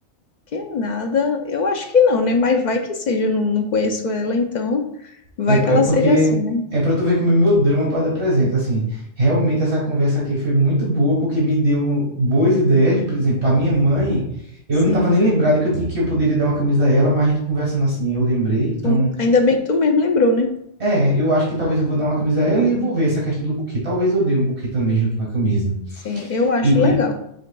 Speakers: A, on the left (about 55°); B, on the right (about 65°).
A: Que nada, eu acho que não, né? Mas vai que seja, eu não, não conheço ela, então vai
B: É, é
A: que ela
B: porque
A: seja assim, né?
B: é pra tu ver como é meu drama para dar presente. Assim, realmente essa conversa aqui foi muito boa porque me deu boas ideias. Por exemplo, para minha mãe, eu
A: Sim.
B: não tava nem lembrado que eu tinha, que eu poderia dar uma camisa a ela, mas a gente conversando assim, eu lembrei. Então,
A: Tu- ainda bem que tu mesmo lembrou, né?
B: é, eu acho que talvez eu vou dar uma camisa a ela e eu vou ver essa questão do buquê. Talvez eu dê um buquê também junto com a camisa.
A: Sim, eu acho
B: E,
A: legal.
B: e